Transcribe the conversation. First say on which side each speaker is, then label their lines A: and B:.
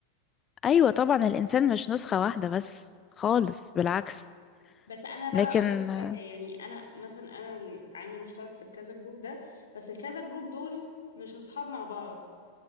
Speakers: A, on the left (about 30°); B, on the left (about 85°).
A: أيوة طبعا الإنسان مش نسخة واحدة بس خالص بالعكس
B: بس أنا بقى
A: لكن
B: أقول لك
A: آه،
B: حاجة يعني أنا مثلا أنا العامل المشترك في الكذا جروب ده بس الكذا جروب دول مش أصحاب مع بعض